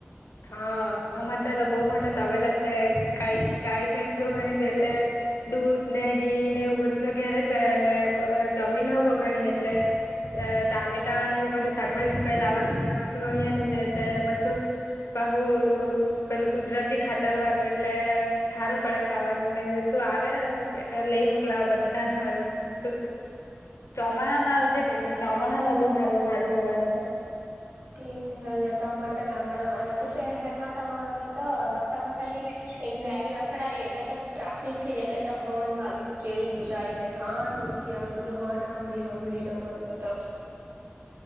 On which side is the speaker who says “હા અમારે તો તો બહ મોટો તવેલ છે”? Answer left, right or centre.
Left